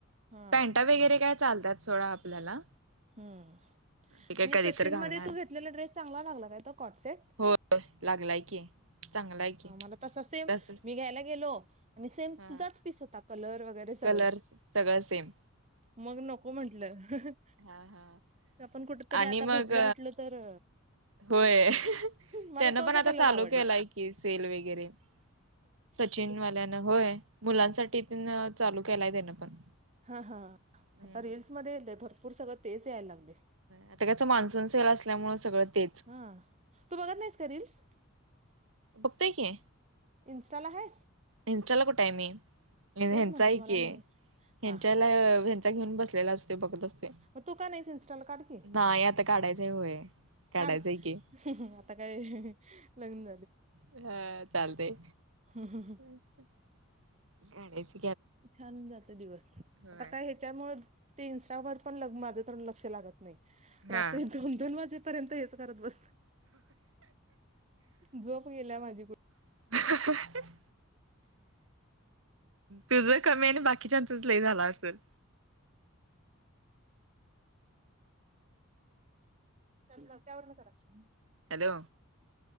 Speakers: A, on the right; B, on the right.
A: हा
B: पॅनटा वगैरे काय चालतात सोडा आपल्याला.
A: हम्म
B: ते काय
A: आणि
B: कधी
A: सचिनमध्ये
B: तर घालणार
A: तू घेतलेला ड्रेस चांगला लागला काय? तो कॉटसेट.
B: होय लागलाय की चांगलाय की
A: ह मला तसा सेम
B: तसच
A: मी घ्यायला गेलो. आणि सेम
B: हा
A: तुझाच पीस होता. कलर वगैरे. ते सगळ.
B: कलर सगळं सेम
A: मग नको म्हंटलं.
B: हा हा
A: आपण कुठ तरी
B: आणि
A: आता
B: मग
A: भेटलो बीटलो तर
B: होय.
A: मला
B: त्यान
A: तोच
B: पण आता
A: कलर
B: चालू
A: आवडला
B: केलाय की, सेल वगैरे. सचिन वाल्यान होय. मुलांसाठी तेन चालू केलाय त्यान पण.
A: ह ह
B: हम्म
A: आता रीलसमध्ये भरपूर सगळं तेच यायला लागले.
B: आता त्याच मान्सून सेल असल्यामुळें सगळं तेच.
A: हा तू बघत नाहीस का रीलस?
B: बघतेय की.
A: इनस्टाला हायेस?
B: इनस्टाला कुठय मी. हेनच
A: म्हंटलं
B: हाये
A: मला
B: की.
A: नाहीस हा
B: हच्याला
A: हा हा
B: ह्यांचा घेऊन बसलेला असतो. बघत असतो.
A: मग तू का नाहीस इन्स्टाला काढ की
B: नाहीं आंता काढायचं होयं काढायचंय
A: काढ
B: की
A: आता काय लग्न
B: हं चालतंय.
A: हम्मं हम्मं हं.
B: अच्छा! ग. <unintelligible>
A: छान जांते दिवस आंता
B: होय
A: कायं त्यांच्यामुळे ते इन्स्टावरं पणं माझं तरण लक्षं लागतं. नाहीं
B: हा.
A: रात्री दोन दोन वाजेपर्यंत हेचं करतं बसते. झोंप गेल्यां माझी कुठे
B: <inaudible> <unintelligible> तुझं कमी आणि बाकी नसतं लई झांला असेल.
A: त्यांवर करां नाहीं.
B: हॅलो